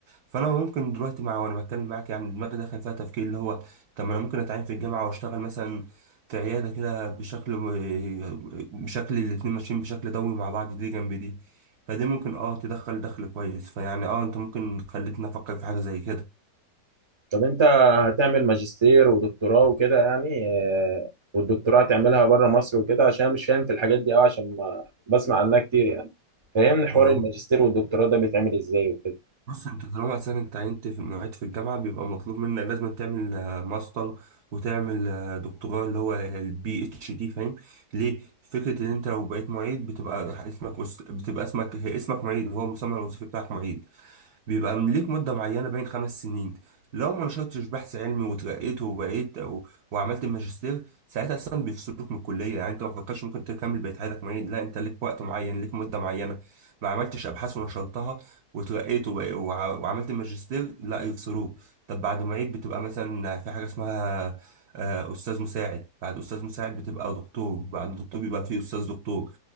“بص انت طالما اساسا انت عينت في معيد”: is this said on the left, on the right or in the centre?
Right